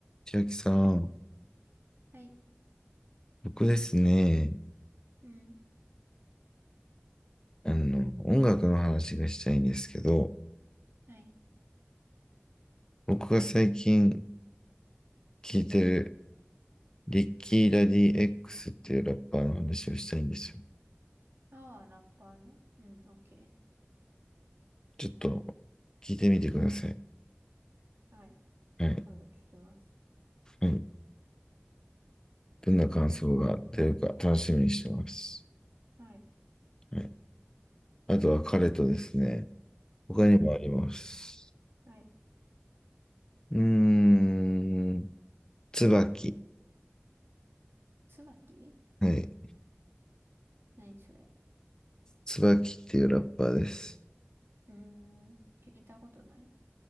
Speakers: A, on the left; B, on the right.
A: 千秋さん、
B: はい。
A: 僕ですね、
B: うん。
A: あの、音楽の話がしたいんですけど、
B: はい。
A: 僕が最近聴いてるリッキー・ラディ X っていうラッパーの話をしたいんですよ。
B: ああ、ラッパーね。うん、オッケ
A: ちょっと聞いてみてください。
B: ー。はい。
A: はい。
B: 今度聞きます。
A: はい。どんな感想が出るか楽しみにしてます。
B: はい。
A: はい。あとは彼とですね、他にもあります。
B: うん。はい。
A: うーん、椿。
B: 椿
A: はい。
B: 何それ。
A: 椿っていうラッパーです。
B: うーん。聞いたことないな。